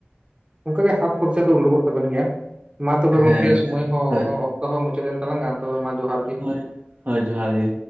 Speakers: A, on the right (about 30°); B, on the right (about 50°).
A: ᱚᱱᱠᱟᱜᱮ ᱦᱟᱛ ᱠᱷᱚᱨᱪᱟ ᱫᱚ ᱩᱰᱩᱠᱚᱜ ᱛᱟᱵᱮᱱ ᱜᱮᱭᱟ᱾ ᱢᱟ ᱛᱚᱵᱮ ᱜᱚᱝᱠᱮ
B: ᱦᱮᱸ
A: ᱥᱳᱢᱚᱭ
B: ᱦᱮᱸ
A: ᱦᱚᱸ
B: ᱦᱳᱭ
A: ᱚ-ᱚᱠᱛᱚ ᱦᱚᱸ ᱢᱩᱪᱟᱹᱫ ᱮᱝ ᱛᱟᱞᱟᱝᱼᱟ ᱛᱚᱵᱮ ᱢᱟ ᱡᱚᱦᱟᱨ ᱜᱮ
B: ᱦᱳᱭ᱾ ᱦᱳᱭ ᱡᱚᱦᱟᱨ ᱜᱮ᱾